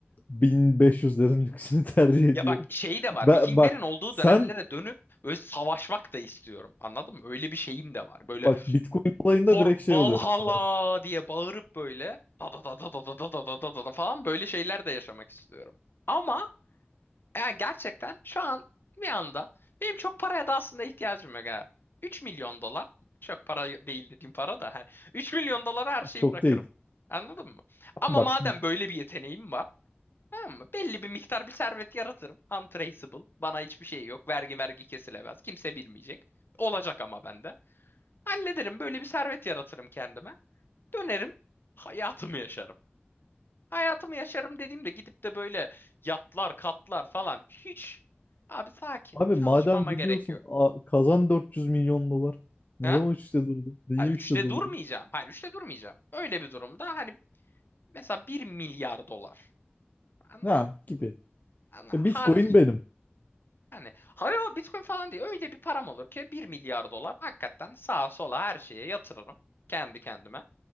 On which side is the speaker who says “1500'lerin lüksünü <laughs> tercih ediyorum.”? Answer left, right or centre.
Left